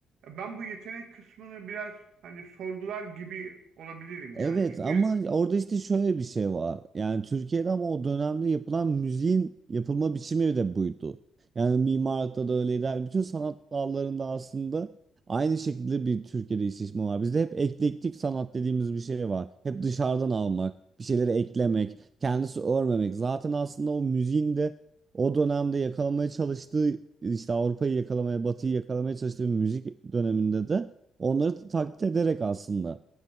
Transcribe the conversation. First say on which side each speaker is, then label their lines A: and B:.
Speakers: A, on the right; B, on the right.
A: ben bu yetenek kısmını biraz hani sorgular gibi olabilirim
B: Evet
A: yani. Çünkü
B: ama orada işte şöyle bir şey var. Yani Türkiye'de ama o dönemde yapılan müziğin yapılma biçimi de buydu. Yani mimarlıkta da öyleydi. Yani bütün sanat dallarında aslında aynı şekilde bir Türkiye'de istismar var. Bizde hep eklektik sanat dediğimiz bir şey var. Hep dışarıdan almak, bir şeyleri eklemek, kendisi örmemek. Zaten aslında o müziğin de o dönemde yakalamaya çalıştığı işte Avrupa'yı yakalamaya, Batı'yı yakalamaya çalıştığı bir müzik döneminde de onları taklit ederek aslında